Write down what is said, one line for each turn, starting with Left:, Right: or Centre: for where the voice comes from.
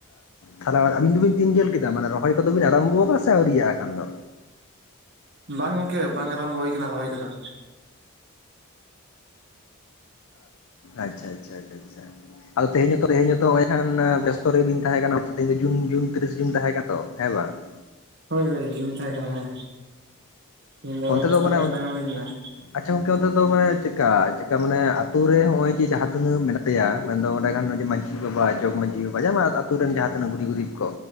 Left: ᱛᱟᱦᱚᱞᱮ ᱟᱹᱵᱤᱱ ᱫᱚᱵᱤᱱ ᱛᱤᱱ ᱡᱷᱮᱞ ᱠᱮᱫᱟ ᱢᱟᱱᱮ ᱨᱚᱦᱚᱭ ᱠᱚᱫᱚ ᱵᱤᱱ ᱟᱨᱚᱢᱵᱷᱚ ᱟᱠᱟᱫᱟ ᱥᱮ ᱟᱹᱣᱤᱭᱟᱜᱼᱟ ᱮᱠᱷᱟᱱ ᱫᱚ,
Right: ᱵᱟᱝ ᱜᱚᱝᱠᱮ ᱵᱟᱝ ᱟᱨᱚᱢᱵᱚ ᱦᱩᱭ ᱠᱟᱱᱟ ᱨᱚᱦᱚᱭ ᱠᱚᱫᱚ ᱾
Left: ᱟᱪᱪᱷᱟ ᱟᱪᱪᱷᱟ <unintelligible> ᱟᱷᱟᱷᱟ ᱟᱫᱚ ᱛᱮᱦᱮᱧ ᱦᱚᱛᱚ ᱛᱮᱦᱮᱧ ᱦᱚᱛᱚ ᱱᱚᱜ <unintelligible> ᱵᱮᱥᱛᱚ ᱨᱮᱵᱤᱱ ᱛᱟᱦᱮᱸ ᱠᱟᱱᱟ ᱛᱮᱦᱮᱧ ᱡᱩᱱ ᱡᱩᱱ ᱛᱤᱨᱤᱥ ᱡᱩᱱ ᱛᱟᱦᱮᱸ ᱠᱟᱱ ᱛᱫ ᱦᱮᱸ ᱵᱟᱝ ᱾
Right: ᱦᱳᱭ ᱦᱳᱭ ᱡᱩᱱ ᱛᱟᱦᱮᱸ ᱠᱟᱱᱟ ᱦᱮᱸ ᱤᱧ ᱫᱚ
Left: ᱚᱱᱛᱮ
Right: ᱵᱮᱥᱛᱚ
Left: ᱢᱟᱱᱮ
Right: ᱛᱮᱜᱮ ᱛᱟᱦᱮᱸ ᱦᱩᱭ ᱞᱮᱱᱟ ᱾
Left: ᱟᱪᱪᱷᱟ ᱜᱚᱝᱠᱮ ᱚᱱᱛᱮ ᱫᱚ ᱢᱟᱱᱮ ᱪᱮᱠᱟ ᱪᱮᱠᱟ ᱢᱟᱱᱮ ᱟᱛᱳ ᱨᱮ ᱱᱚᱜᱼᱚᱭ ᱡᱮ ᱡᱟᱦᱟᱸ ᱛᱤᱱᱟᱹᱜ ᱢᱮᱱᱟᱜ ᱯᱮᱭᱟ ᱢᱮᱱᱫᱚ ᱚᱸᱰᱮ ᱠᱷᱟᱱ ᱢᱟᱺᱡᱷᱤ <inaudible> <unintelligible> ᱢᱺᱡᱷᱤ ᱵᱟᱵᱟ ᱡᱚᱜᱽ ᱢᱟᱹᱡᱷᱤ ᱵᱟᱵᱟ ᱡᱟᱢᱟ ᱟᱛᱩ ᱨᱮᱱ ᱡᱟᱦᱟᱸ ᱛᱤᱱᱟᱹᱜ ᱜᱩᱤ ᱜᱩᱨᱤᱯ ᱠᱚ,